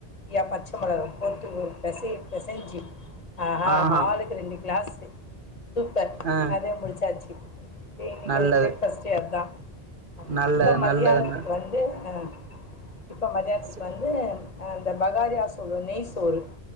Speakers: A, on the left (about 45°); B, on the right (about 60°).
A: யா பச்ச மொளக போட்டு ஒரு பெசைய பெசஞ்சி ஆஹ
B: ஆஹா
A: ஆளுக்கு ரெண்டு கிளாஸு சூப்பர்
B: ஆ
A: அதே முடிச்சாச்சி இன்னைக்கு
B: நல்லது
A: ஒரு ப்ளேட் ஃபர்ஸ்ட்டே அதான்
B: நல்லது
A: இப்போ மத்தியானத்துக்கு
B: நல்லதுங்க
A: வந்து ஆ இப்போ மதியானத்துக்கு
B: ஸ்
A: வந்து அந்த பகாரியா சொல்லுவோ நெய் சோறு